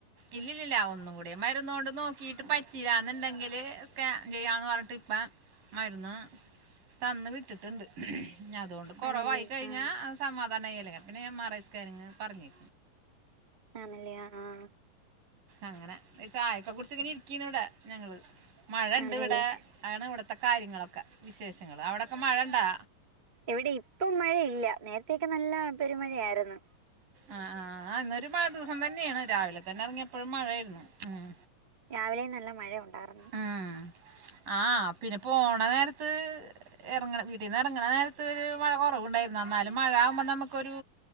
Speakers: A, on the right (about 65°); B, on the right (about 25°).
A: ഇല്ലി ല്ലില്ല ഒന്നും കൂടി മരുന്നോണ്ട് നോക്കിട്ട് പറ്റീല്ല ന്ന്ണ്ടങ്കില് സ്കാൻ ചെയ്യാന്ന് പറഞ്ഞിട്ട് ഇപ്പ മരുന്ന് തന്ന് വിട്ടിട്ടുണ്ട് നി അതോണ്ട് കുറവായി
B: ആന്നല്ലേ
A: കഴിഞ്ഞാ
B: ആഹ്
A: അ സമാധാനം ആയിലെ പിന്നെ എം ആർ ഐ സ്കാനിങ്ങ് പറഞ്ഞി
B: ആന്നല്ലെ ആഹ് ആഹ്
A: അങ്ങനെ ഒരു ചായൊക്കെ കുടിച്ചങ്ങനെ ഇരിക്കന്ന് ഇടെ ഞങ്ങള് മഴ ഇണ്ട്
B: ആന്നല്ലേ
A: ഇവടെ ആണ് ഇവിടത്തെ കാര്യങ്ങളൊക്കെ വിശേഷങ്ങൾ അവിടൊക്കെ മഴ ണ്ടാ?
B: ഇവിടെ ഇപ്പം മഴയില്ല നേരത്തേക്കെ നല്ല പെരുമഴയായിരുന്നു.
A: ആഹ് ആഹ് ആഹ് ഇന്നൊരു മഴ ദിസോ തന്നേണ് രാവിലെ തന്നെ എറങ്ങിയപ്പൊഴും മഴായിരുന്നു ഉം.
B: രാവിലേം നല്ല മഴയുണ്ടായർന്ന്-
A: ഉം ആഹ് പിന്നെ പ്പോണ നേരത്ത് ഇറങ്ങണ വീട്ടീന്ന് ഇറങ്ങണ നേരത്ത് മഴ കുറവ്ണ്ടായിരുന്നു എന്നാലും മഴ ആകുമ്പോ നമുക്കൊരു